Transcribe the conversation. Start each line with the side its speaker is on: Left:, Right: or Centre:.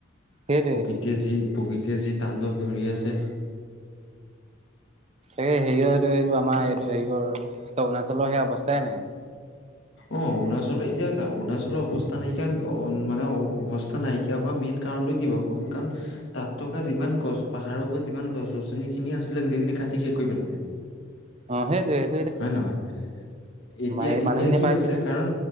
Right: সেইটোৱে
Left: প্ৰকৃতিয়ে যি প্ৰকৃতিয়ে যি তাণ্ডৱ ধৰি আছে।
Right: এই হেৰি হয় এইটো এইটো আমাৰ এইটো হেৰিয়ৰ অৰুণাচলৰ সেই অৱস্থাই নাই
Left: অ অৰুণাচলৰ এতিয়া চা অৰুণাচলৰ অৱস্থা নাইকিয়া মানে অৱস্থা নাইকিয়া হোৱা মেইন কাৰণ কাৰণ তাত থকা যিমান গছ পাহাৰৰ ওৰত যিমান গছ গছনি খিনি আছিলে গোটেই খিনি কাটি। কৰি পেলায়।
Right: অ', হেটোৱে।
Left: হয় নহয়, এতিয়া
Right: সেই
Left: এতিয়া
Right: মানুহখিনিয়ে
Left: কি
Right: পাইছে
Left: হৈছে কাৰণ